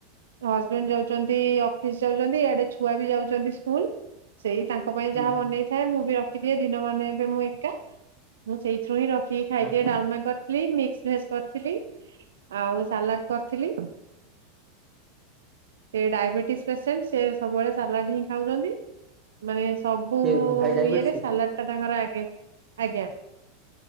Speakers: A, on the right; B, on the right.
A: ହଜବେଣ୍ଡ ଯାଉଚନ୍ତି ଅଫିସ ଯାଉଛନ୍ତି ଆଡେ ଛୁଆ ବି ଯାଉଛନ୍ତି ସ୍କୁଲ୍। ସେଇ ତାଙ୍କ ପାଇଁ
B: ହୁଁ
A: ଯାହା
B: ହୁଁ
A: ବନେଇଥାଏ ମୁଁ ବି ରଖିଦିଏ ଦିନମାନ ଏବେ ମୁଁ ଏକା। ମୁଁ ସେଇଥିରୁ ହିଁ ରଖ ଖିକି ଖାଇଦିଏ,
B: ଓହୋ
A: ଡାଲମା କରି ମିକ୍ସ ଭେଜ କରିଥିଲି, ଆଉ ସାଲାଡ କରିଥିଲି ସେ ଡାଇବେଟିସ୍ ପେସେଣ୍ଟ, ସିଏ ସବୁବେଳେ ସାଲାଡ ହିଁ ଖାଉଛନ୍ତି। ମାନେ ସବୁ
B: କିଏ ଭାଇ ଡାଇବେଟିସ୍
A: ଇଏରେ ସାଲାଡଟା ତାଙ୍କର ଆଗେ। ଆଜ୍ଞା।